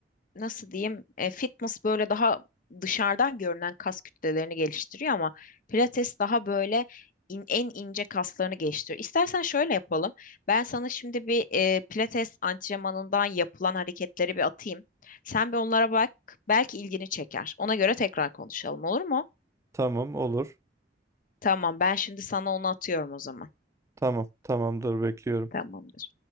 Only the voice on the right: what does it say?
Tamam olur.
Tamam, tamamdır bekliyorum.